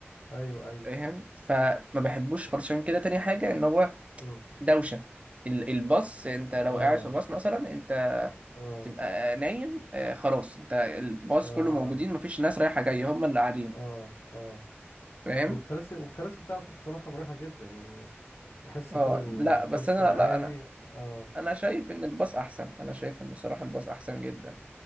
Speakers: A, on the left (about 85°); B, on the right (about 30°).
A: ايوه ايوه
B: فاهم فما بحبوش خالص عشان كده تاني حاجه ان هو
A: امم
B: دوشه ال- الباص انت لو
A: اه
B: قاعد في باص مثلا انت
A: اه
B: تبقى نايم آه، خلاص انت الباص
A: اه
B: كله موجودين مفيش ناس رايحه جايه هم اللي قاعدين
A: اه اه
B: فاهم
A: والكراسي والكراسي بتاعته بصراحة مريحة جدا يعني تحس
B: اه
A: كده ان
B: لا
A: كرسي
B: بس انا
A: عالي
B: لا انا
A: اه
B: انا شايف ان الباص احسن انا شايف ان الصراحه الباص احسن جدا